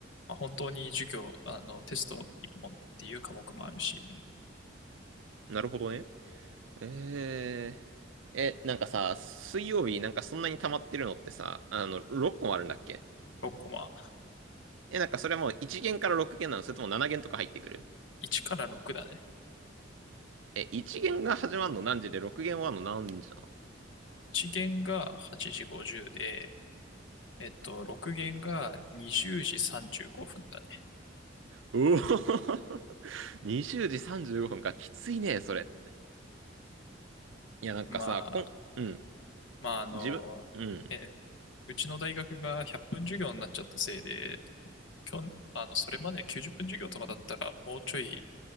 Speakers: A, on the left; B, on the right.
A: まあ、本当に授業、あの、テスト1本っていう科目もあるし、
B: なるほどね。えー、え、なんかさ、水曜日なんかそんなに溜まってるのってさ、あの、6個もあるんだっけ
A: 6コマ、
B: え、なんかそれはもう1限から6限なのそれとも7限とか入ってくる
A: 1から6だね。
B: え、1限が始まるの何時で6限終わるの何時なの
A: 1限が8時50で、えっと、6限が20時35分だね。
B: うおー <laughs> 20時35分か、きついね、それ。いや、なんかさ、
A: まあ、
B: こん、うん、
A: まあ、あの、
B: 自分、うん、
A: え、うちの大学が100分授業になっちゃったせいで、きょん、あの、それまで90分授業とかだったら、もうちょい